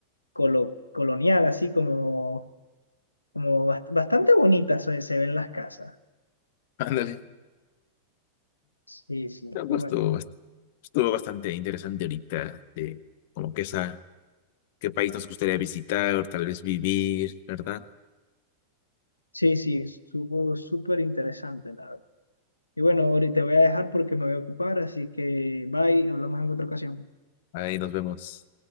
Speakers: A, on the left (about 80°); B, on the left (about 50°).
A: colo- colonial, así como, como bast- bastante bonitas se, se ven las casas.
B: <laughs> Ándale.
A: Sí, sí,
B: No,
A: y
B: pues,
A: bueno,
B: Estuvo, bast- estuvo bastante interesante ahorita de como que esa, qué país nos gustaría visitar o tal vez vivir, ¿verdad?
A: sí, sí, supo súper interesante, la verdad. Y bueno, ahorita te voy a dejar porque me voy a ocupar, así que bye, hablamos en otra ocasión.
B: Ahí nos vemos.